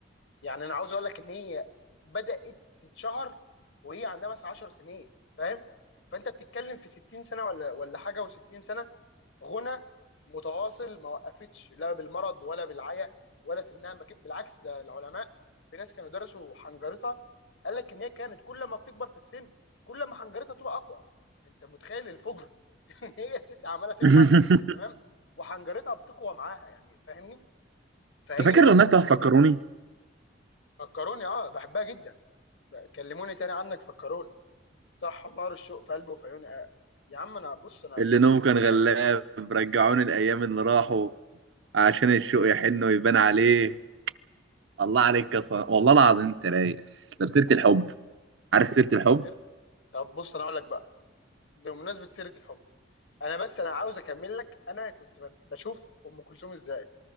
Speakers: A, on the left; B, on the right.
A: يعني انا عاوز اقول لك ان هي بدات تتشهر وهي عندها مثلا 10 سنين فاهم فانت بتتكلم في 60 سنه ولا ولا حاجه و60 سنه غنى متواصل ما وقفتش لا بالمرض ولا بالعيا ولا سنها ما كب- بالعكس ده العلماء في ناس كانوا درسوا حنجرتها قال لك ان هي كانت كل ما بتكبر في السن كل ما حنجرتها تبقى اقوى انت متخيل الفجر <laughs> ان هي الست عماله تكبر
B: <laughs> أنت
A: تمام وحنجرتها بتقوى معاها يعني فاهمني فهي
B: فاكر الأغنية بتاعت
A: ع-
B: فكروني
A: فكروني اه بحبها جدا كلموني تاني عنك فكروني صح نار الشوق في قلبي وفي عيوني آه، يا عم انا بص انا
B: اللي نومه كان
A: انا
B: غلاب
A: كان
B: رجعوني الأيام اللي راحوا عشان الشوق
A: ب-
B: يحن ويبان عليه الله عليك يا صلاح والله العظيم أنت رايق طب سيرة الحب
A: يعني
B: عارف سيرة الحب
A: سير طب بص انا اقول لك بقى بمناسبه سيره الحب انا بس انا عاوز اكمل لك انا كنت ب- بشوف ام كلثوم ازاي